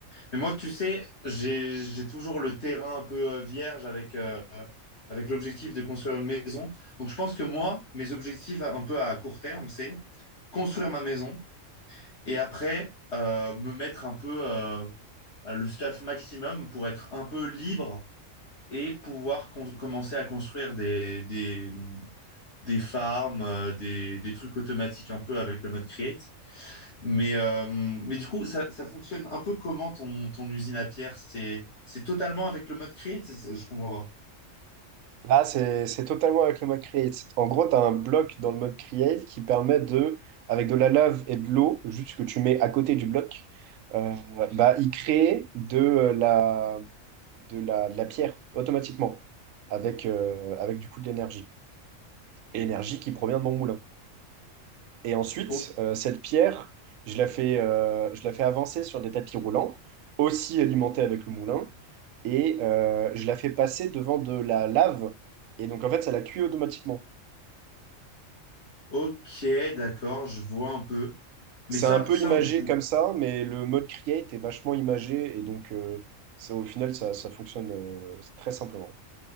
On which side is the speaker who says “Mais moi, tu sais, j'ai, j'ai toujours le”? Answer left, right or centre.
Left